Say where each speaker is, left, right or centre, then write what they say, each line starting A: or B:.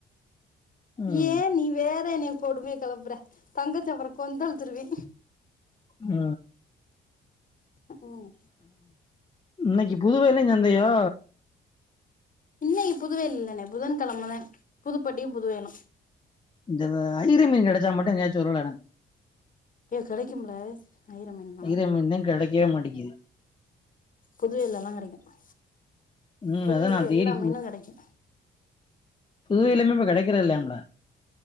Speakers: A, on the left (about 25°); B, on the left (about 40°).
A: ம்
B: ஏ நீ வேற என்ன கொடுமைய கெலப்புற தங்கச்சி அப்பறோ கொந்தளிச்சிடுவே
A: அ
B: ம்
A: இன்னைக்கு புதுவயலையு சந்தையோ
B: இன்னைக்கு புதுவயல் இல்லனே புதன்கெழமதா புதுப்பட்டியு புதுவயலு
A: இந்த ஐற மீன் கெடச்சா மட்டு சொலுட எனக்கு <unintelligible>
B: டே கெடைக்கும்ல ஐயர மீன்லா
A: ஐற மீன் தா கெடைகவே மாடிக்கிது
B: புதுவயல்ல லா கெடைக்கு
A: ம்
B: புதுவயல்
A: அதா நா
B: ல
A: தேடி
B: எல்லா மீனு கெடைக்கு
A: புதுவயல்லயு இப்ப கெடைக்கிறது இல்லயாம்ல